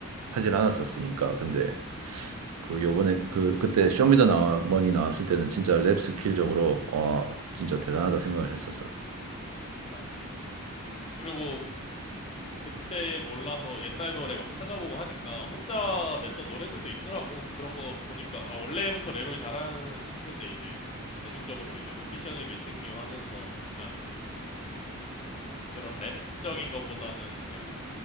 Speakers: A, on the right; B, on the left.
A: 하진 않았었으니까. 근데 그 요번에, 그, 그때 쇼미더 나 머니 나왔을 때는 진짜 랩 스킬적으로, 와, 진짜 대단하다 생각을 했었어.
B: 맞지. 그리고 그때 몰라서 옛날 노래 막 찾아보고 하니까 혼자 냈던 노래들도 있더라고. 그런 거 보니까, 아, 원래부터 랩을 잘하는 친구인데 이제 대중적으로 이제 Officially Missing You 하면서 약간 그런 랩적인 거보다는 그냥